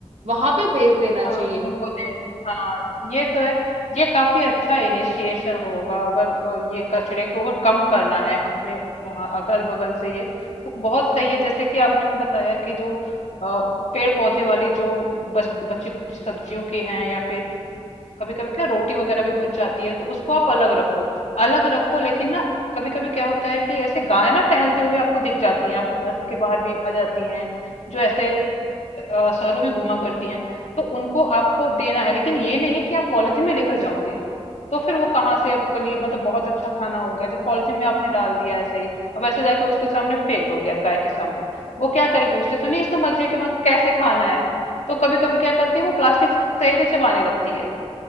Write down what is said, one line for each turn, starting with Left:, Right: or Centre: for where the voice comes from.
Right: वहां पे भेज देना
Left: हाँ
Right: चाहिए
Left: उनको दें हाँ ये तो है ये काफी अच्छा इनिशिएशन होगा अगर अ, ये कचरे को अगर कम करना है अपने वहां अगल बगल से ये तो बहुत सही है जैसे कि आपने बताया कि जो अ, पेड़ पौधे वाली जो बच, बची खुची सब्जियों की हैं या फिर कभी कभी क्या रोटी वगैरह भी बच जाती है तो उसको आप अलग रखो अलग रखो लेकिन ना कभी कभी क्या होता है कि ऐसे गाय ना टहलते हुए आपको दिख जाती हैं आपके घर के बाहर भी आ जाती हैं जो ऐसे अ, शहरों में घुमा करती हैं तो उनको आपको देना है लेकिन ये नहीं कि आप पॉलिथीन में लेकर जाओगे तो फिर वो कहाँ से आपके लिए मतलब बहुत अच्छा खाना हो गया जब पॉलिथीन में आपने डाल दिया ऐसे ही अब ऐसे जाके उसके सामने फेंक दोगे आप गाय के सामने वो क्या करेगी उसे तो नहीं समझे कि मैं कैसे खाना है तो कभी कभी क्या करती है वो प्लास्टिक सही से चबाने लगती है